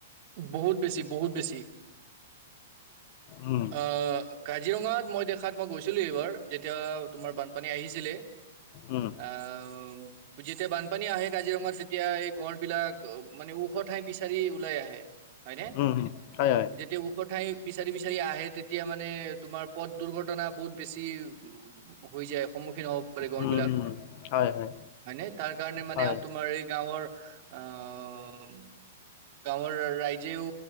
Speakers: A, on the right (about 45°); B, on the left (about 40°).
A: বহুত বেছি বহুত বেছি
B: উম
A: আহ কা কাজিৰঙাত মই দেখাত মই গৈছিলো এইবাৰ যেতিয়া তোমাৰ বানপানী আহিছিলে
B: উম
A: আহ যেতিয়া বানপানী আহে কাজিৰঙাৰ তেতিয়া গড় বিলাক মানে ওখ ঠাই বিচাৰি ওলাই আহে হয়নে
B: উম উম হয় হয়
A: যেতিয়া ওখ ঠাই বিচাৰি বিচাৰি আহে তেতিয়া মানে তোমাৰ পথ দুৰ্ঘটনা বহুত বেছি উ হৈ যায় সন্মুখীন হ'ব গৰ
B: উম
A: বিলাক
B: উম হয় হয়
A: হয়নে তাৰ কাৰণে মানে
B: হয়
A: তোমাৰ এই গাঁৱৰ আহ গাঁৱৰ ৰাইজেও